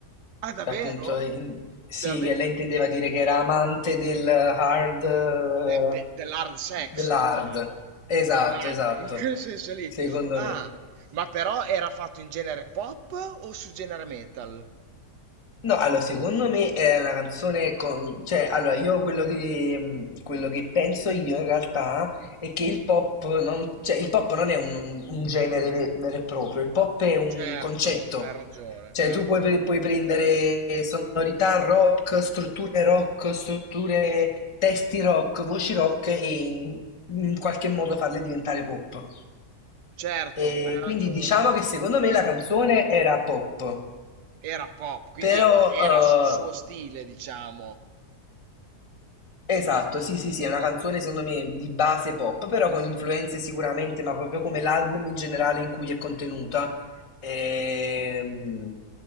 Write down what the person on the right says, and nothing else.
ah, davvero?
Davvero?
De- de- dell'hard sex,
diciamo.
Lara,
in quel senso lì.
Ah,
ma però era fatto in genere pop o su genere metal?
Certo,
hai ragione,
hai
ragione.
Certo,
hai
ragione.
Era pop, quindi
era era
sul suo stile, diciamo.